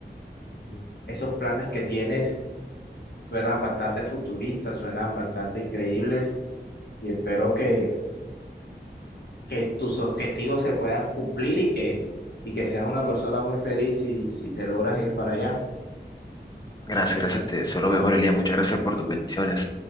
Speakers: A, on the left (about 65°); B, on the left (about 20°).
A: ujú, esos planes que tienes suenan bastante futuristas, suenan bastante increíbles y espero que, que tus objetivos se puedan cumplir y que, y que seas una persona muy feliz si, si te logras ir para allá.
B: gracias, gracias, te deseo lo mejor, Elías. Muchas gracias por tus bendiciones.